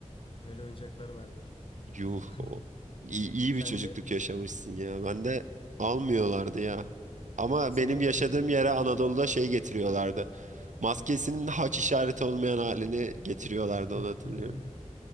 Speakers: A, on the left; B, on the right.
A: Öyle oyuncaklar vardı.
B: yuh.
A: <laughs>
B: o- İyi, iyi
A: Sen
B: bir çocukluk
A: de
B: yaşamışsın ya. Ben de almıyorlardı ya. Ama
A: senin
B: benim yaşadığım
A: favorin kimdi?
B: yere Anadolu'da şey getiriyorlardı. Maskesinin
A: Heh.
B: haç işareti olmayan halini getiriyorlardı
A: <laughs>
B: onu hatırlıyorum.